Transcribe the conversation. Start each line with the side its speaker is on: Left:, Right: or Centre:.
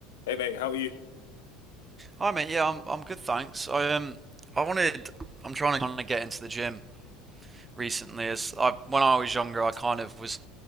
Left: Hey mate, how are you?
Right: Hi mate, yeah, I'm I'm good, thanks. I um I wanted I'm trying to kind of get into the gym recently as I when I was younger I kind of was